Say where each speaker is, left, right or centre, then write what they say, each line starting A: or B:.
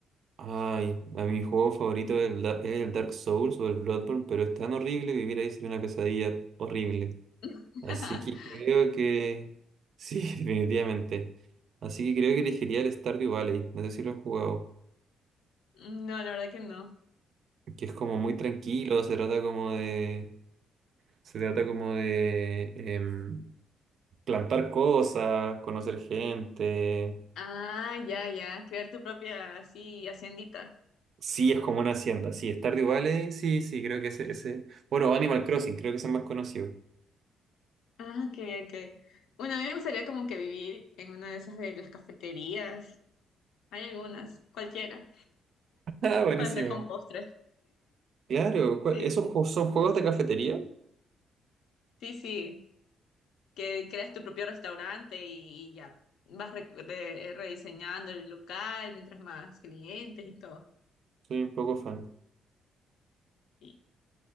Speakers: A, on the right; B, on the left.
A: Ay, a mi juego favorito es el, Da- es el Dark Souls o el Bloodborne, pero es tan horrible vivir ahí sería una pesadilla horrible.
B: <laughs>
A: Así que creo que sí, <laughs> definitivamente. Así que creo que elegiría el Stardew Valley. No sé si lo han jugado.
B: No, la verdad que no.
A: Que es como muy tranquilo, se trata como de. Se trata como de em, plantar cosas, conocer gente.
B: Ah, ya, ya. Crear tu propia, así, haciendita.
A: Sí, es como una hacienda. Sí, Stardew Valley, sí, sí, creo que ese, ese. Bueno, Animal Crossing, creo que es el más conocido. <laughs>
B: Ah, ok, ok. Bueno, a mí me gustaría como que vivir en una de esas de las cafeterías. Hay algunas, cualquiera,
A: Ah, buenísimo.
B: para estar con postres.
A: Claro, ¿cuál-
B: Sí,
A: ¿esos ju- son juegos de cafetería?
B: sí, sí. que creas tu propio restaurante y, y ya vas re- re- rediseñando el local mientras más clientes y todo.
A: Soy un poco fan.
B: Sí.